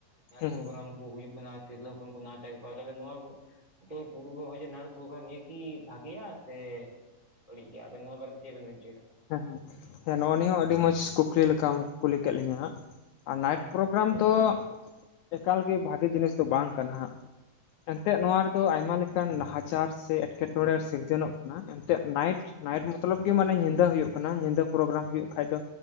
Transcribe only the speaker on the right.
ᱱᱟᱭᱤᱴ
ᱯᱨᱳᱜᱽᱨᱟᱢ ᱠᱚ ᱦᱩᱭᱩᱜ ᱠᱟᱱᱟ ᱛᱤᱨᱞᱟᱹ ᱦᱚᱯᱚᱱ ᱠᱚ ᱱᱟᱦᱟᱪᱟᱨᱮᱜ ᱠᱚᱣᱟ ᱛᱚᱵᱮ ᱱᱚᱣᱟ ᱠᱚᱼᱼ ᱛᱚ ᱯᱩᱨᱩ ᱦᱚᱸᱜ-ᱚᱭ ᱡᱮ ᱱᱟᱭᱤᱴ‌ ᱯᱨᱳᱜᱽᱨᱟᱢ ᱱᱤᱭᱟᱹ ᱠᱤ ᱵᱷᱟᱜᱮᱭᱟ? ᱥᱮ ᱵᱟᱹᱲᱤᱡ ᱜᱮᱭᱟ ᱟᱵᱮᱱ ᱱᱚᱶᱟ ᱵᱟᱨᱮ ᱛᱮ ᱪᱮᱜ ᱵᱮᱱ ᱢᱮᱱᱪᱩᱭ ᱫᱟ?